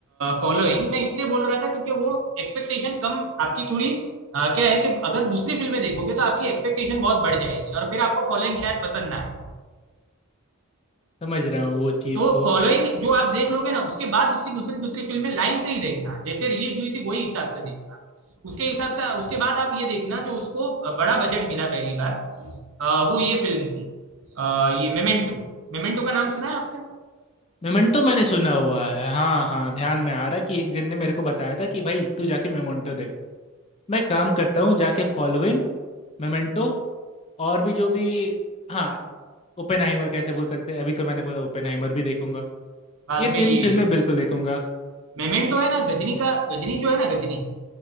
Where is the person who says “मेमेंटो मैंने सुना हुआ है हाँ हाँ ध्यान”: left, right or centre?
Left